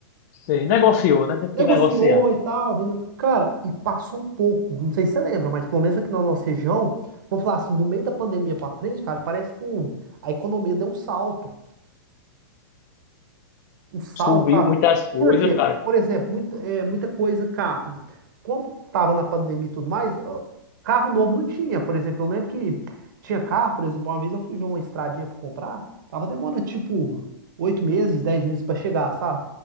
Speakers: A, on the left; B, on the right.
A: Sei. Negociou, né? Teve
B: Negociou
A: que negociar.
B: e tal, vendeu. Cara, e passou um pouco, não sei se você lembra, mas pelo menos aqui na nossa região, vou falar assim, do meio da pandemia pra frente, cara, parece que o- a economia deu um salto. o sal,
A: Subiu
B: sabe?
A: muitas coisas,
B: Por quê?
A: cara.
B: Por exemplo, muita, é, muita coisa carro. Como tava na pandemia e tudo mais, ó, carro novo não tinha. Por exemplo, eu lembro que tinha carro, por exemplo, uma vez eu fui ver uma estradinha para comprar, tava demorando tipo oito meses, dez meses para chegar, sabe?